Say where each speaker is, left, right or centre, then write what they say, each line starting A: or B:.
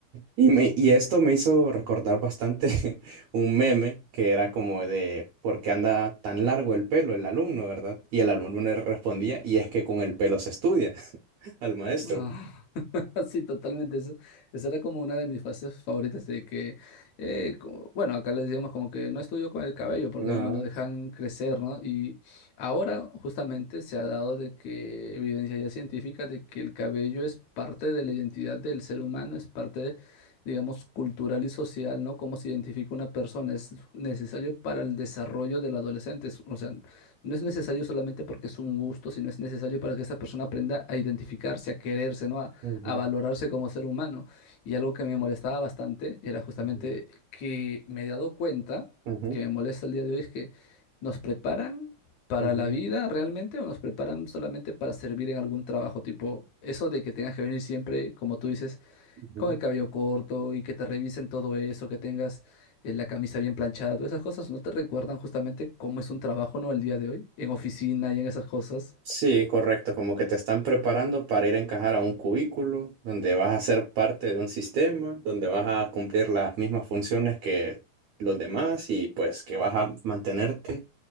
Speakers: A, on the right; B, on the left.
A: Y, me, y esto me hizo recordar bastante <laughs> un meme que era como de ¿por qué anda tan largo el pelo el alumno, verdad? Y el alumno le respondía, y es que con el pelo se estudia <laughs> al maestro.
B: Ah, <laughs> Sí, totalmente. Eso, eso era como una de mis fases favoritas de que, eh, como- bueno, acá les decíamos como que no estudio con el cabello porque
A: Ah,
B: no me lo dejan crecer, ¿no? Y ahora justamente se ha dado de que evidencia ya científica de que el cabello es parte de la identidad del ser humano, es parte, de, digamos, cultural y social, ¿no? Cómo se identifica una persona, es necesario para el desarrollo del adolescente. Es- O sea, no es necesario solamente porque es un gusto, sino es necesario para que esta persona aprenda a identificarse, a quererse, ¿no? a
A: ujú,
B: valorarse como ser humano. Y algo que me molestaba bastante era justamente
A: ujú,
B: que me he dado cuenta,
A: ujú,
B: que me molesta el día de hoy, es que nos preparan para
A: ujú,
B: la vida realmente o nos preparan solamente para servir en algún trabajo, tipo eso de que tengas que venir siempre, como tú dices,
A: ujú.
B: con el cabello corto y que te revisen todo eso, que tengas eh, la camisa bien planchada, todas esas cosas no te recuerdan justamente cómo es un trabajo, ¿no? El día de hoy, en oficina y en esas cosas.
A: Sí, correcto, como que te están preparando para ir a encajar a un cubículo donde vas a ser parte de un sistema, donde vas a cumplir las mismas funciones que los demás y pues que vas a mantenerte